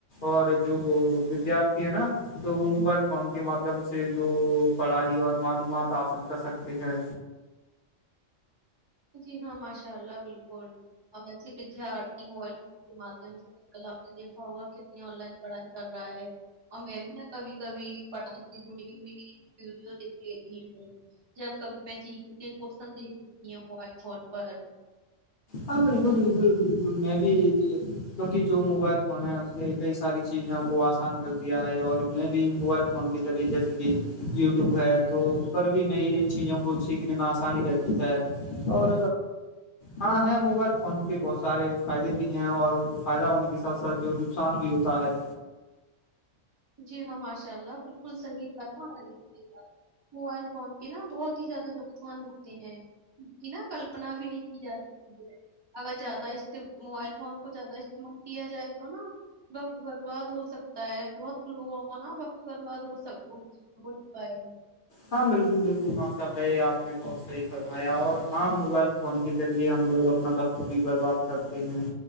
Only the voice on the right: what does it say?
جی ہاں ماشاء اللہ بلکل ایسے ودارتھی موبائل فون کے مادھیم سے آج کل آپ نے دیکھا ہوا کتنی آن لائن پڑھائی کر رہا ہے اور میں بھی نا کبھی کبھی پڑھائی سے جڑی ہوئی ویڈیو دیکھ لیتی ہوں جب کبھی میں چ کےن دیکھ لیتی ہوںائل فون پر <inaudible>
جی ہاں ماشاء اللہ بالکل صحیح تھا <inaudible> موبائل فون کے نا بہت ہی زیادہ نقصان ہوتے ہیں کی نا کلپنا بھی نہیں کی جا سکتی اگر جیادہ است موبائل فون کو جیادہ استعمال کیا جائے تو نا وقت برباد ہو سکتا ہے بہت لوگوں کو نا وقت برباد ہوک ہو چکا ہے <inaudible>